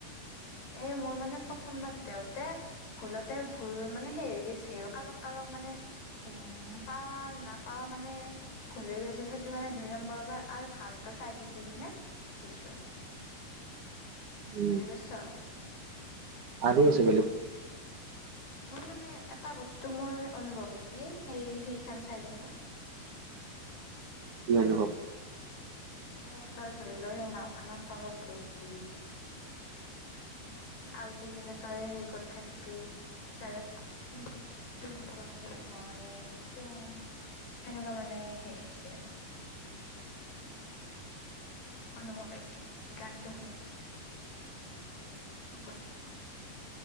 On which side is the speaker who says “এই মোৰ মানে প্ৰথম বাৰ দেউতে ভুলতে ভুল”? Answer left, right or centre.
Left